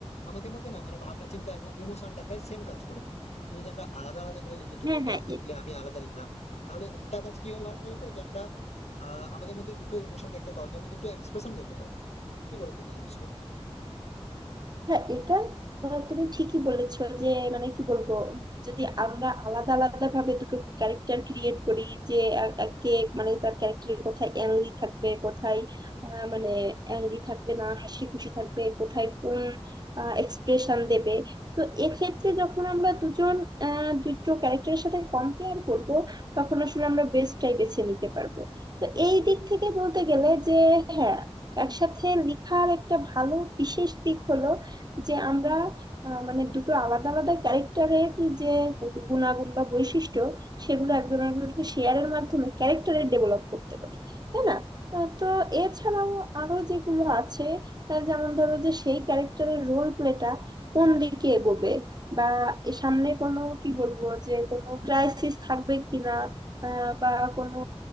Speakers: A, on the left; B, on the right.
A: আমাদের মধ্যে না মানে ভাবনা চিন্তা এবং ইমোশনটা প্রায় সেম কাজ করে কিন্তু যদি আমরা আলাদা আলাদা করে লিখি তুমি
B: হ্যাঁ
A: একটা
B: হ্যাঁ
A: আলাদা লিখলে আমি আলাদা লিখলাম তাহলে একটা কাজ কি হয় ভালো বলতো যে আমরা আহ, আমাদের মধ্যে দুটো ইমোশন দেখতে পাওয়া যায় এবং দুটো এক্সপ্রেশন দেখতে পাই কি বলো তুমি এই বিষয়ে
B: হ্যাঁ এটা আহ, তুমি ঠিকই বলেছো যে মানে কি বলবো যদি আমরা আলাদা আলাদা ভাবে দুটো ক্যারেক্টার ক্রিয়েট করি যে এ- একে মানে তার ক্যারেক্টারের কোথায় অ্যাংরি থাকবে কোথায় আহ, মানে অ্যাংরি থাকবে না হাসি খুশি থাকবে কোথায় কোন এক্সপ্রেশন দেবে তো এক্ষেত্রে যখন আমরা দুজন আহ, দুটো ক্যারেক্টারের সাথে কম্পেয়ার করব তখন আসলে আমরা বেস্টটাই বেছে নিতে পারবো তো এই দিক থেকে বলতে গেলে যে হ্যাঁ একসাথে লেখার একটা ভালো বিশেষ দিক হলো যে আমরা আহ, মানে দুটো আলাদা আলাদা ক্যারেক্টারের যে গুণাগুণ বা বৈশিষ্ট্য সেগুলো একজন আরেকজনকে শেয়ারের মাধ্যমে ক্যারেক্টারের ডেভেলপ করতে পারি তাই না আহ, তো এছাড়াও আরো যেগুলো আছে আহ, যেমন ধরো যে সেই ক্যারেক্টারের রোল প্লেটা কোন দিকে এগোবে বা এ সামনে কোনো কি বলবো যে কোনো ক্রাইসিস থাকবে কিনা আহ, বা কোনো